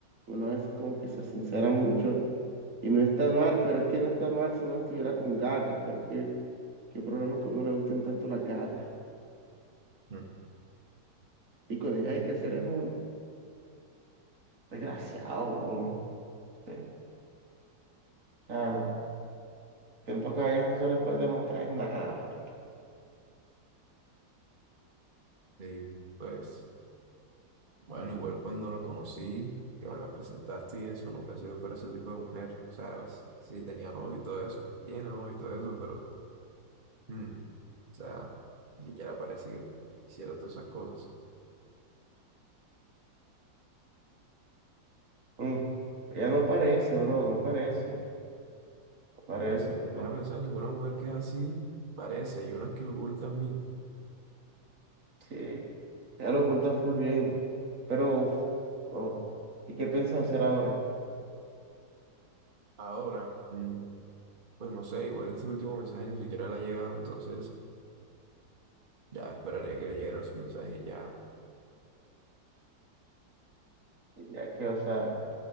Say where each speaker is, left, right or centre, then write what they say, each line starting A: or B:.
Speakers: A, on the right; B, on the right.
A: uno a veces como que se sincera mucho, y no está mal, pero es que no está mal si no estuviera con gatas, pero es que, qué problemas que a uno le gusten tanto las gatas,
B: Mm.
A: y con ellas hay que ser es un desgraciado, bro, sí, o sea, siento que a ellas no se les puede demostrar nada, marica.
B: Y, pues... Bueno, igual cuando la conocí, que me la presentaste y eso, no pensé que fuera ese tipo de mujer, ¿sabes? Sí, tenía novio y todo eso, tiene novio y todo eso, pero, mm, o sea, ni siquiera parece que hiciera todas esas cosas.
A: Mm, Ella no parece, bro, no parece, no parece,
B: Bueno, si te
A: pero...
B: pones a pensar, ninguna mujer que es así parece, y unas que lo ocultan bien.
A: Sí, ya lo oculta full bien. Pero, bro, ¿y qué piensas hacer ahora?
B: Ahora, mm, pues no sé, igual ese último mensaje ni siquiera le ha llegado, entonces ya esperaría que le llegara ese mensaje y ya.
A: Ya que, o sea,